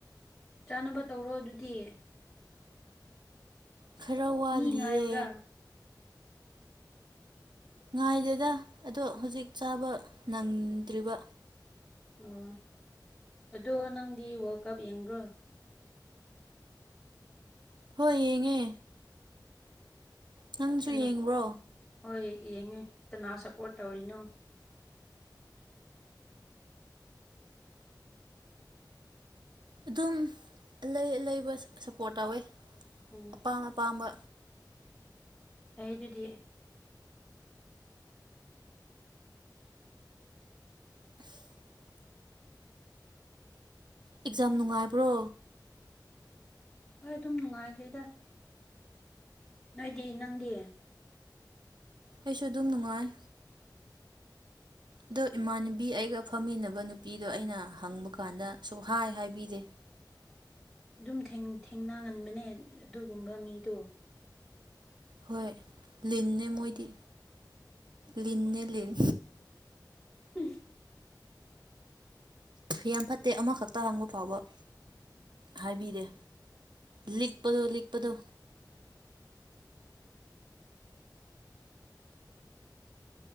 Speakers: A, in the centre; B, on the right (about 75°).
A: ꯆꯥꯅꯕ ꯇꯧꯔꯣ ꯑꯗꯨꯗꯤ
B: ꯈꯔ ꯋꯥꯠꯂꯤꯌꯦ
A: ꯃꯤ ꯉꯥꯏꯕ꯭ꯔꯥ
B: ꯉꯥꯏꯗꯦꯗ ꯑꯗꯣ ꯍꯧꯖꯤꯛ ꯆꯥꯕ ꯅꯪꯗ꯭ꯔꯤꯕ
A: ꯑꯣ ꯑꯗꯣ ꯅꯪꯗꯤ ꯋꯥꯔꯜ ꯀꯞ ꯌꯦꯡꯕ꯭ꯔꯣ
B: ꯍꯣꯏ ꯌꯦꯡꯉꯦ ꯅꯪꯁꯨ
A: ꯀꯅꯥ
B: ꯌꯦꯡꯕ꯭ꯔꯣ
A: ꯍꯣꯏ ꯌꯦꯡꯉꯦ ꯀꯅꯥ ꯁꯞꯄꯣꯔꯠ ꯇꯧꯔꯤꯅꯣ
B: ꯑꯗꯨꯝ ꯂꯩ ꯂꯩꯕ ꯁꯞꯄꯣꯔꯠ ꯇꯧꯋꯦ
A: ꯎꯝ
B: ꯑꯄꯥꯝ ꯑꯄꯥꯝꯕ
A: ꯑꯩ ꯑꯗꯨꯗꯤ
B: <unintelligible> ꯑꯦꯛꯖꯥꯝ ꯅꯨꯡꯉꯥꯏꯕ꯭ꯔꯣ
A: ꯍꯣꯏ ꯑꯗꯨꯝ ꯅꯨꯡꯉꯥꯏꯈ꯭ꯔꯦꯗ ꯅꯣꯏꯗꯤ ꯅꯪꯗꯤ
B: ꯑꯩꯁꯨ ꯑꯗꯨꯝ ꯅꯨꯡꯉꯥꯏ ꯑꯗꯣ ꯏꯃꯥꯟꯅꯕꯤ ꯑꯩꯒ ꯐꯝꯃꯤꯟꯅꯕ ꯅꯨꯄꯤꯗꯣ ꯑꯩꯅ ꯍꯪꯕ ꯀꯥꯟꯗ ꯁꯨꯡ ꯍꯥꯏ ꯍꯥꯏꯕꯤꯗꯦ
A: ꯑꯗꯨꯝ ꯊꯦꯡꯅꯒꯟꯕꯅꯦ ꯑꯗꯨꯒꯨꯝꯕ ꯃꯤꯗꯣ
B: ꯍꯣꯏ ꯂꯤꯟꯅꯦ ꯃꯣꯏꯗꯤ ꯂꯤꯟꯅꯦ ꯂꯤꯟ
A: ꯎꯝ
B: ꯌꯥꯝ ꯐꯠꯇꯦ ꯑꯃꯈꯛꯇ ꯍꯪꯕ ꯐꯥꯎꯕ ꯍꯥꯏꯕꯤꯗꯦ ꯂꯤꯛꯄꯗꯣ ꯂꯤꯛꯄꯗꯣ